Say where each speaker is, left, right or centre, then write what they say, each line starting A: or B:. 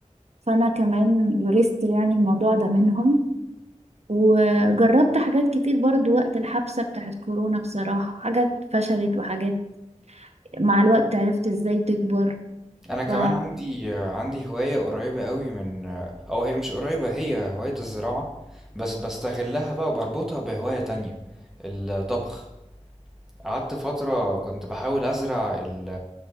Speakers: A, on the right (about 55°); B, in the centre.
A: فانا كمان ورثت يعني الموضوع ده منهم وجربت حاجات كتير برضو وقت الحبسة بتاعت كورونا بصراحة حاجات فشلت وحاجات مع الوقت عرفت ازاي تكبر
B: انا كمان
A: ف
B: عندي عندي هواية قريبة قوي من او هي مش قريبة هي هواية الزراعة بس بستغلها بقى بربطها بهواية تانية الطبخ قعدت فترة كنت بحاول ازرع ال